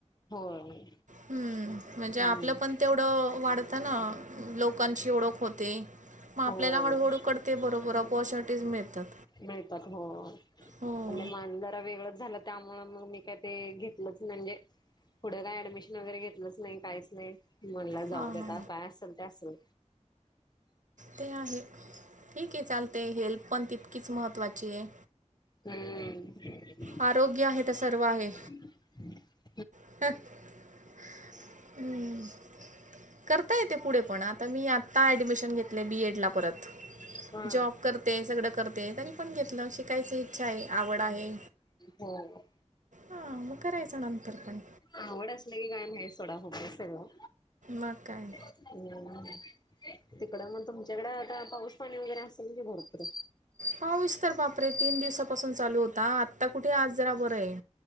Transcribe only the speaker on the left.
होय.
हम्म
हो
मिळतात हो.
पण ते माज जरा वेगळंच झालं त्यामुळे मग मी काय ते घेतलंच नाही, म्हणजे पुढं काय ऍडमिशन वगैरे घेतलंच नाही. कायच नाही. म म्हणल जाऊ
द्या
आता काय असेल ते असल.
हम्म.
हं
हा
हो हो
आवडं असलं की कायं नाहीं सोंडा होतं सगळं
हो तिकडं मंग तुमच्यांकडें आतां पाऊस पाणी वगैरें असेल कां भरंपूर